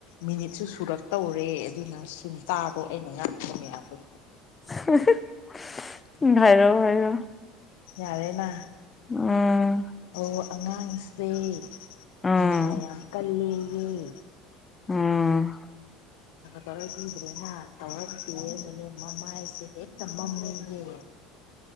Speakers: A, on the left; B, on the left.
A: ꯃꯤꯅꯤꯠꯁꯨ ꯁꯨꯔꯛꯇꯧꯔꯦ ꯑꯗꯨꯅ ꯁꯨꯝ ꯇꯥꯔꯣ ꯑꯩꯅ ꯉꯥꯡꯕ ꯃꯌꯥꯝꯗꯣ꯫
B: <unintelligible> ꯍꯥꯏꯔꯣ ꯍꯥꯏꯔꯣ꯫
A: ꯌꯥꯔꯦꯅꯥ꯫
B: ꯎꯝ꯫
A: ꯑꯣ ꯑꯉꯥꯡꯁꯦ꯫
B: ꯎꯝ
A: ꯅꯤꯉꯥꯏ ꯌꯥꯝ ꯀꯜꯂꯤ꯫ ꯎꯝ꯫
B: ꯎꯝ꯫
A: ꯇꯧꯔꯈꯤꯗ꯭ꯔꯦꯅ ꯇꯧꯔꯛꯇꯤꯌꯦꯅꯅꯦ ꯃꯃꯥꯏꯁꯦ ꯍꯦꯛꯇ ꯃꯝꯃꯦꯌꯦ